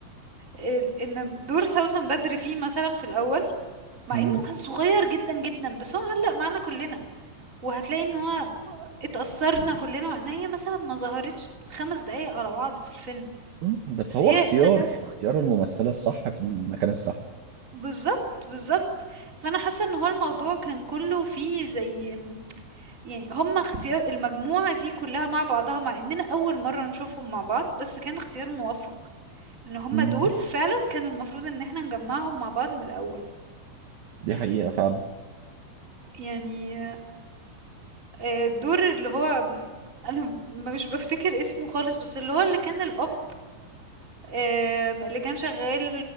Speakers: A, on the right; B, on the right.
A: ال إن دور سوسن بدر فيه مثلًا في الأول، مع
B: مم.
A: إنه كان صغير جدًا، جدًا، بس هو علّق معانا كُلّنا، وهتلاقي إن هو اتأثّرنا كُلّنا مع إن هي مثلًا ما ظهرتش 5 دقايق على بعض في الفيلم،
B: مم. بس
A: بس
B: هو
A: هي
B: اختيار
A: طلعت
B: اختيار الممثله الصح في المكان الصح
A: بالضبط، بالضبط. فأنا حاسّة إن هو الموضوع كان كُلّه فيه زي يعني هم اختيار المجموعة دي كلّها مع بعضها، مع إننا أول مرّة نشوفهم مع بعض، بس كان اختيار موفّق، إن هم
B: مم.
A: دول فعلًا كان المفروض إن إحنا نجمّعهم مع بعض من الأول،
B: دي حقيقه فعلا
A: يعني آآ الدور اللي هو م أنا م مش بافتكر اسمه خالص، بس اللي هو اللي كان الأب آمم اللي كان شغّال